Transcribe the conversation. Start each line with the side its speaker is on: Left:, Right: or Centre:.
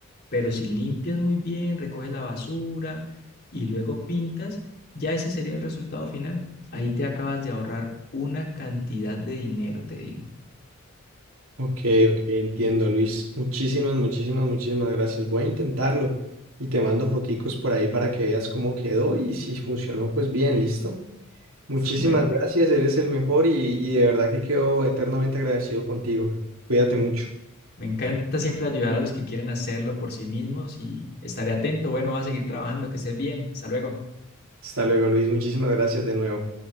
Left: Pero si limpias muy bien, recoges la basura y luego pintas, ya ese sería el resultado final. Ahí te acabas de ahorrar una cantidad de dinero, te digo.
Right: Ok, ok, entiendo, Luis. Muchísimas, muchísimas, muchísimas gracias. Voy a intentarlo y te mando foticos por ahí para que veas cómo quedó y si funcionó, pues bien, listo. Muchísimas
Left: Bueno,
Right: gracias, eres el mejor y, y de verdad que quedo eternamente agradecido contigo. Cuídate mucho.
Left: Me encanta siempre ayudar a los que quieren hacerlo por sí mismos y estaré atento. Bueno, va a seguir trabajando, que estés bien. Hasta luego.
Right: Hasta luego, Luis. Muchísimas gracias de nuevo.